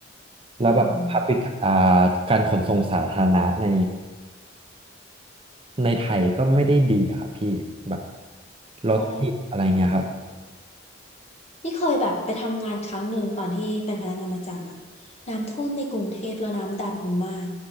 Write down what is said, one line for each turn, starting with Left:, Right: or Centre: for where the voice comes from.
Right: แล้วแบบ
Left: อืม
Right: public อ่าการขนส่งสาธารณะในในไทยก็ไม่ได้ดีอะครับพี่แบบรถติดอะไรเงี้ยครับ
Left: ใช่นี่เคยแบบไปทำงานครั้งหนึ่งตอนที่เป็นพนักงานประจำอะน้ำท่วมในกรุงเทพแล้วน้ำดำมาก